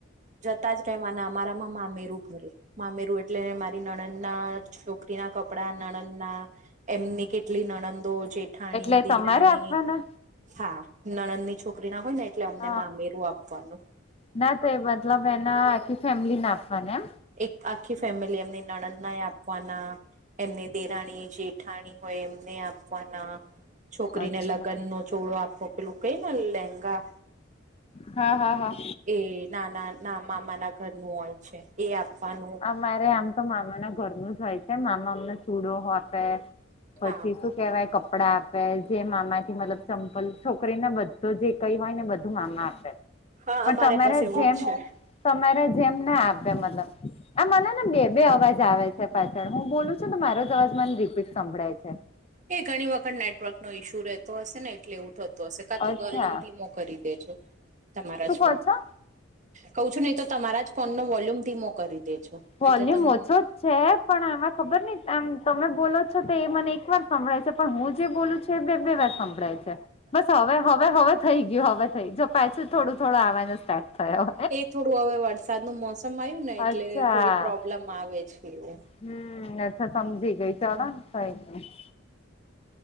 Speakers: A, on the right (about 40°); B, on the left (about 30°).
A: જતા જ રહેવાના અમારામાં મામેરું ભરે. મામેરું એટલે મારી નણદના છોકરીના કપડા નણદના એમની કેટલી નણંદો, જેઠાણી,
B: એટલે
A: દિરાણી
B: તમારે આપવાના
A: હા નણંદ ની છોકરી ના હોય ને એટલે અમને
B: હ
A: મામેરું આપવાનું.
B: ના તો એ બતલબ એના આખી ફેમિલી ના આપવાની એમ?
A: એક આખી ફેમિલી એમની નણદ નાય આપવાના એમને દેરાણી જેઠાણી હોય એમને આપવાના છોકરીને
B: અચ્છા
A: લગ્ન નો ચોળો આપવો પેલું કઈ ને લહેંગા.
B: હા, હા, હા.
A: એ નાના ના મામા ના ઘરનું હોય છે એ આપવાનું
B: મારે આમ તો મામા ના ઘરનું જ હોય છે મામા અમને ચૂડો આપે પછી
A: હા
B: શું કેહેવાય કપડાં આપે જે મામાથી મતલબ ચંપલ છોકરીને બધો જે કઈ હોય ને બધું માનમાં આપે.
A: હા
B: પણ
A: અમારે
B: તમારે
A: બસ એવું
B: જેમ
A: જ છે.
B: તમારે જેમ ના આપે મતલબ આ મને ને બે બે અવાજ આવે છે પાછળ હું બોલું છું તો મારો જ અવાજ મને રીપીટ સંભળાય છે.
A: એ ઘણી વખત નેટવર્ક નો ઈશ્યુ રહેતો હશે ને એટલે એવું થતું હશે કા તો
B: અચ્છા
A: વોલ્યુમ ઘીમો. કરી દેજો તમારા
B: શું
A: જ
B: કહો
A: ફોન.
B: છો
A: કઉ છું નહી તો તમારા જ ફોન નો વોલ્યુમ ધીમો કરી દેજો.
B: વોલ્યુમ
A: એટલે તમને
B: ઓછો. છે પણ એમાં ખબર નહીં એમ તમે બોલો છો તો એ મને એક વાર સંભળાય છે. પણ હું જે બોલું છું એ બે બે વાર સંભળાય છે. બસ હવે હવે હવે થઈ ગયું હવે થઈ જો પછું થોડું થોડું આવાનો સ્ટાર્ટ. થયો
A: એ થોડું હવે વરસાદ નું મોસમ આવ્યું ને એટલે
B: અચ્છા
A: થોડી પ્રોબ્લમ આવે છે એવું.
B: હમ અચ્છા સમજી ગઈ ચાલો ને થઈ ગયું ‌.